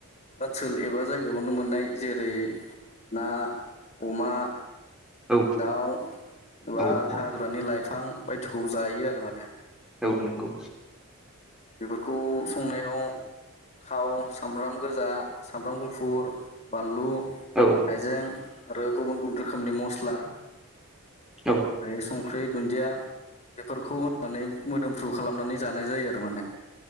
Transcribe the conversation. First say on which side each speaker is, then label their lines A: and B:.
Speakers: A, on the left; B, in the centre.
A: ओनसोल एबा जायगाायावनो मोननाय जेरै ना अमा
B: औ
A: दाउ बा
B: औ औ
A: हाग्रानि लाइफां बायदिखौ जायो आरो माने
B: औ नांगौ
A: बेफोरखौ संनायाव थाव सामब्राम गोजा सामब्राम गुफुर बानलु
B: औ
A: हाइजें आरो गुबुन गुबुन रोखोमनि मस्ला ओमफ्राय
B: औ
A: संख्रि दुन्दिया बेफोरखौ होनानै मोदोमफ्रु खालामनानै जानाय जायो आरो माने